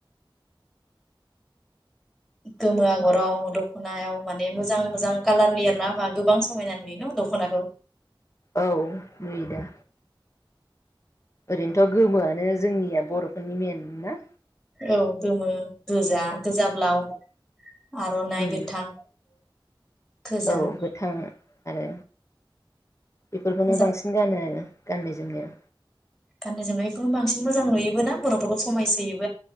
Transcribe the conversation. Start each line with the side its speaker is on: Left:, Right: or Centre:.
Centre: गोमो आगराव दखनायाव माने मोजां मोजां कालारनि एरना होबा गोबां समायना नुयो न दखनाखौ।
Left: औ नुयोदा। ओरैनोथ' गोमोआनो जोंनिया बर'फोरनि मेन ना।
Centre: औ गोमो गोजा गोजा ब्लााव आर'नाइ
Left: उम
Centre: गोथां। गोजा
Left: औ गोथां आरो बेफोरखौनो
Centre: मोजां
Left: बांसिन गानो आरो गाननाय जोमनायाव
Centre: गाननाय जोमनायखौनो बांसिन मोजां नुयोबोना बर'फोरखौ समायसोयोब